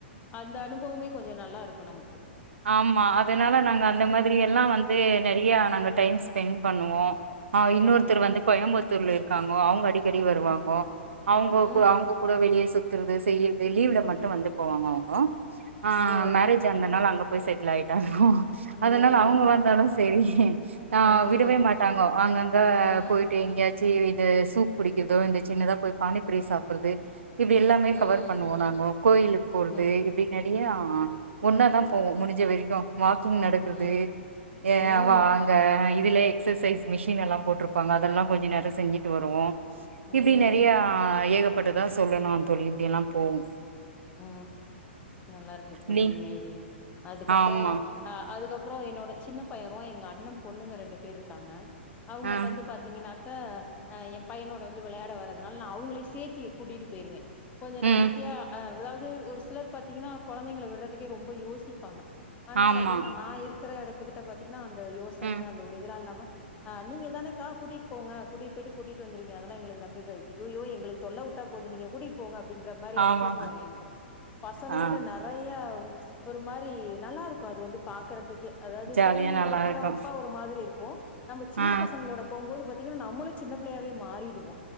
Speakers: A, on the left (about 20°); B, on the right (about 80°).
A: அந்த அனுபவமே கொஞ்சோ நல்லா இருக்கு நமக்கு
B: ஆமா அ துனால நாங்க அந்த மாதிரி
A: ம்
B: எல்லா வந்து நெறையா நாங்க டைம்ஸ் ஸ்பெண்ட் பண்ணுவோ ஆ இன்னொருத்தர்
A: ம்
B: வந்து கோயம்புத் தூர்ல இருக்காங்க அவங்க அடிக் கடி வருவாங்க
A: ம்
B: அவங்கோ
A: ம்
B: அவங்க கூட வெளிய சுத் த்துறது செய்யிறது லீவ்ல மட்டு வந்து போவாங்க அவங்கோ ஆ
A: ஓ
B: மேரேஜ் ஆனத்னால அங்க செட்டில் ஆய்டா ஹு
A: ம்
B: அதனால அவங்க
A: ஓ
B: வந்தாலு செரி ஆ
A: ம்
B: விடவே மாட்டாங்கோ அங்கங்க
A: ம்
B: போயிட்டு எங்கயாச்சு இ இந்த சூப் குடிக்கிறதோ இந்த சின்னதா போய் பானிப்பூரி சாப்பிட்றது இப்டி எல்லாமே
A: ம்
B: கவர் பண்ணுவோ நாங்கோ கோயிலுக்கு போறது
A: ம்
B: இப்டி நெறையா ஆ ஒன்னா தா போவோ முடிஞ்ச வெரைக்கோ வாக்கு நடக்றது
A: ம்
B: எ
A: ம்
B: வா அங்க இதுலே எக்ஸசைஸ் மிஷினெல்லா போட்ருப்பாங்க அதெல்லா கொஞ்ச நேரோ செஞ்சுட்டு வருவோ
A: ம்
B: இப்டி நெறையா ஏகப்பட் இததா சொல்லணு தோழி இப்டியெல்லா போவு
A: உ நல்லா இருக்கோ தோழி
B: நீ
A: உண்மைலே அதுக்கப்புறோ
B: ஆமா
A: ஆ அதுக்கப்றோ என்னோட சின்ன பையரு எங்க அண்ணே பொண்ணுங்க ரெண்டு பேர்ருக்காங்க அவுங்க
B: ஆ
A: வந்து பாத்தீங்கனாக்க அ எ பையனோட வந்து வெளையாட வர்றதுனால நா அவங்களையு சேர்த்தி கூட்டிட்டு போயிருவே கொஞ்சோ
B: ம்
A: நம்பிக்கையா அதாவது ஒரு சிலர் பாத்தீங்கன்னா கொழந்தைங்கள விட்றதுக்கே ரொம்ப யோசிப்பாங்க ஆனா
B: ஆமா
A: பாத்தீங்னா நா இருக்குற எடத் துகுடபாத்தி ஏனா அந்த யோசன
B: ம்
A: அந்த ஒரு இதுலா இல்லாம ஆ நீங்க தானக்கா கூட்டிகிட்டு போங்க கூட்டிட்டு போயிட்டு கூட்டிகிட்டு வந்துருவீங்க அதெல்லா எங்களுக்கு நம்பிக்க இருக்கு அய்யோயோ எங்களுக்கு தொல்ல விட்டா போது நீங்க கூட்டிட்டு போங்க அப்டின்ற மாரிஅனு
B: ஆமா
A: புவாங்க எங்க கூட பசங்களோட
B: ஆ
A: நெறையா ஆவ் ஒரு மாரி நல்லா இருக்கு அது வந்து பாக்குறதுக்கே அதாவது
B: ஜாலியா
A: பெரியவங்களோட
B: நல்லா
A: போறவப்போ
B: இருக்கு
A: ஒரு மாதிரி இரு கோ நம்ம சின்ன
B: ஆ
A: பசங்களோட போகும்போது பத் தீங்னா நம்மளு சின்னபிள்ளையாவே மாறிடுவோ